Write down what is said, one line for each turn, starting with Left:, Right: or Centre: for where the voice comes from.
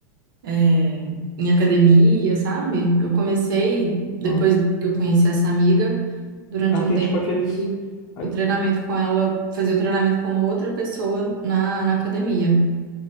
Right: é, em academia, sabe? Eu comecei, depois
Left: Ah.
Right: que eu conheci essa amiga, durante
Left: Ah, tem
Right: um tempo,
Left: tipo aqueles.
Right: eu fazia
Left: ai,
Right: o treinamento com ela, fazia o treinamento como outra pessoa na, na academia.